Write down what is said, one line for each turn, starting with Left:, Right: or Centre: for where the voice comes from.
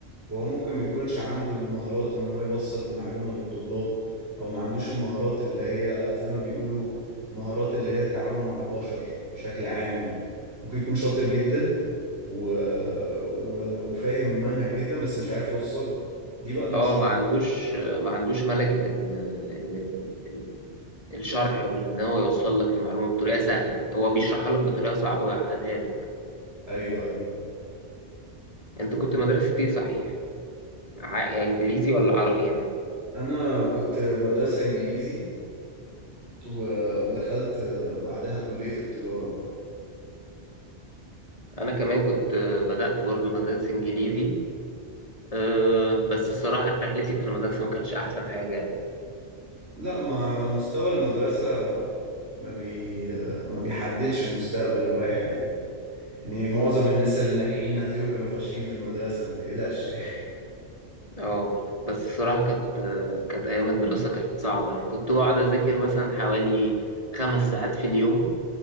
Right: وهو ممكن ما يكونش عنده المهارات ان هو يوصل المعلومة للطلاب او ما عندوش المهارات اللي هي زي ما بيقولوا مهارات اللي هي التعامل مع البشر بشكل عام يعني ممكن يكون شاطر جدا و... و... وفاهم المنهج جدا بس مش عارف يوصله دي بقى المشكلة
Left: اه ما عندوش ما عندوش ملكه ال... ال... ال... الشرح وان هو يوصل لك المعلومه بطريقه سهله هو بيشرحها لك بطريقه صعبه ويعقدها لك
Right: ايوه ايوه
Left: انت كنت مدرسه ايه صحيح ع... انجليزي ولا عربي يعني
Right: انا كنت مدرسة انجليزي و... ودخلت بعدها كلية التجارة
Left: انا كمان كنت بدأت برضو مدرسة انجليزي أه بس الصراحة رحلتي في المدرسة ما كانتش أحسن حاجة يعني
Right: لا ما مستوى المدرسة ما بي ما بيحددش المستقبل الواحد يعني يعني معظم الناس اللي الناجحين هتلاقيهم كانوا فاشلين في المدرسة ما تقلقش يعني
Left: اه بس الصراحة كانت آه، كانت أيام الدراسة كانت صعبة يعني كنت بقعد أذاكر مثلا حوالي خمس ساعات في اليوم